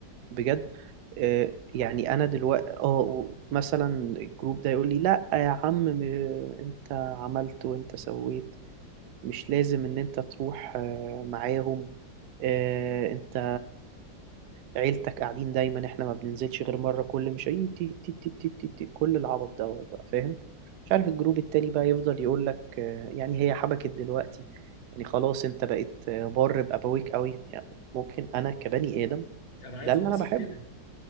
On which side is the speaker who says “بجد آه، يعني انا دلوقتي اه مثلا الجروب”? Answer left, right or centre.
Right